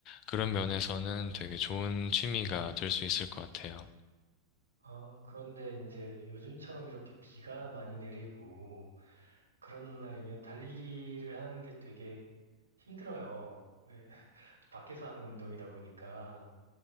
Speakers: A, on the left; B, on the right.
A: 그런 면에서는 되게 좋은 취미가 될 수 있을 것 같아요.
B: 아, 그런데 이제 요즘처럼 이렇게 비가 많이 내리고, 그런 날이면 달리기를 하는 게 되게 힘들어요. 왜 밖에서 하는 운동이다 보니까.